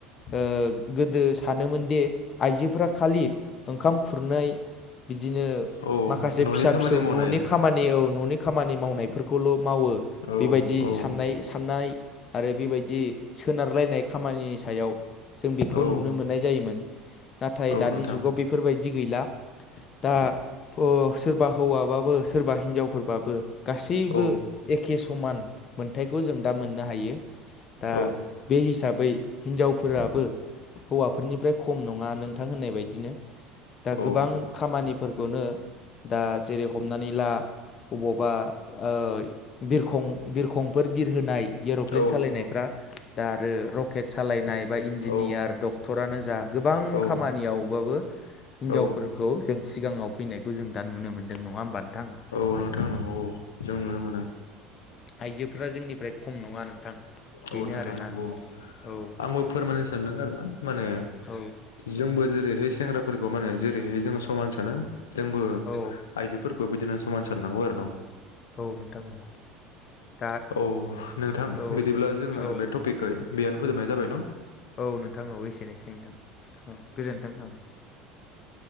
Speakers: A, on the left; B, on the left.
A: ओ गोदो स सानोमोनदि आइजोफोरा खालि ओंखाम खुरनै बिदिनो
B: औ
A: माखासे
B: न'नि
A: फिसा
B: खामानि
A: फिसौ
B: मावनाय
A: न'नि खामानि औ न'नि खामानि मावनायफोरखौल' मावो
B: औ
A: बेबायदि
B: औ
A: साननाय- साननाय आरो बेबायदि सोनारलायनाय खामानिनि सायाव जों बेखौ
B: औ
A: नुनो मोननाय जायोमोन। नाथाय
B: औ
A: दानि
B: नोंथां
A: जुगाव बेफोरबायदि गैला। दा ओ सोरबा हौवाबाबो सोरबा हिनजावफोरबाबो गासैबो
B: औ
A: एखे समान मोनथायखौ जों दा मोननो हायो। दा
B: औ
A: बे हिसाबै हिनजावफोराबो हौवाफोरनिफ्राय खम नङा नोंथां होननाय बायदिनो। दा
B: औ
A: गोबां खामानिफोरखौनो दा जेरै हमनानै ला अबावबा ओ बिरखं- बिरखंफोर बिरहोनाय एर'प्लेन
B: औ
A: सालायनायफ्रा दा आरो रकेट सालायनाय बा इन्जिनियार
B: औ
A: डक्टरानो जा गोबां
B: औ
A: खामानियावबाबो हिनजावफोरखौ
B: औ
A: जों सिगाङाव फैनायखौ जों दा नुनो मोन्दों नङा होमबा नोंथां?
B: औ नोंथां नांगौ औ जों नुनो मोनो।
A: आयजोफ्रा जोंनिफ्राय खम नङा नोंथां बेनो
B: औ नोंथां
A: आरोना
B: नंगौ।
A: औ
B: आंबो फोरमायनो सानदों आरोना माने
A: औ
B: जोंबो जेरैहाय सेंग्राफोरखौ माने जेरैहाय जोंङो समान सानो जोंबो
A: औ
B: आइजोफोरखो बेबिदिनो समान साननांगौ आरो न'
A: औ नोंथां औ दा
B: औ नोंथां
A: औ
B: बिदिब्ला जोङो
A: औ
B: बे टपिकखौ बेयावनो फोजोबनाय जाबाय न'।
A: औ नोंथां औ एसेनोसै नोंथां औ गोजोन्थों औ।